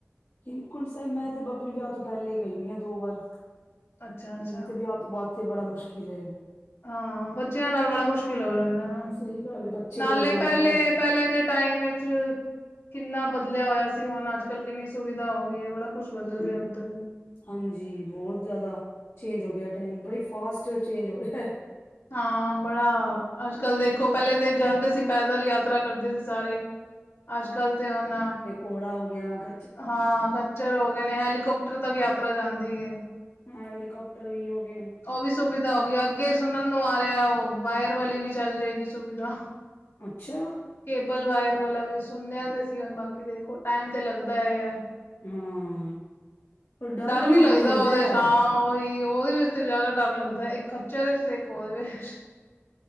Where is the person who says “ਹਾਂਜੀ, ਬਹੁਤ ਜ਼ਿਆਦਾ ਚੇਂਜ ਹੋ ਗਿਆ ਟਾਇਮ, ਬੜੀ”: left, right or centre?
Left